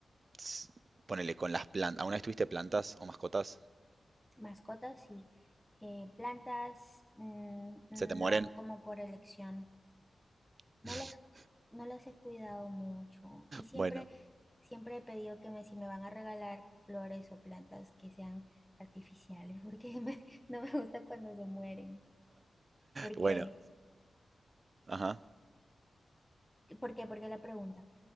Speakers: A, on the right; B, in the centre.
A: s- ponele, con las plantas, ¿alguna vez tuviste plantas o mascotas?
B: Mascotas y eh, plantas, mm,
A: ¿Se te mueren?
B: no como por elección.
A: <laughs>
B: No las, no las he cuidado mucho. Y siempre,
A: Bueno,
B: siempre he pedido que me, si me van a regalar flores o plantas que sean artificiales, porque <laughs> me- no me gusta cuando se mueren. ¿Por
A: bueno,
B: qué?
A: ajá.
B: ¿Por qué? ¿Por qué la pregunta?